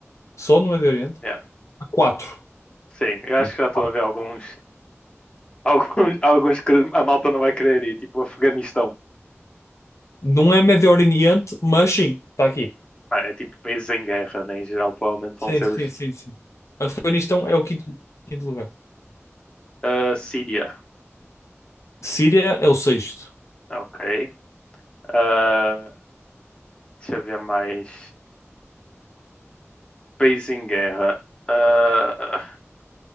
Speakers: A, on the left; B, on the left.
A: só no Médio Oriente,
B: yeah.
A: há 4.
B: Sim, eu
A: Aqui.
B: acho que já estou
A: Quatro.
B: a ver alguns, alguns, <laughs> alguns que a malta não vai querer ir, tipo Afeganistão.
A: Não é Médio Oriente, mas sim, está aqui.
B: Mano, é tipo países em guerra, né? Em geral, provavelmente
A: Sim,
B: vão ser
A: sim,
B: os.
A: sim, sim. Afeganistão é o quinto, quinto lugar.
B: ah, a Síria,
A: Síria é o sexto.
B: ok. Ah, deixa eu ver mais. Países em guerra. Ah,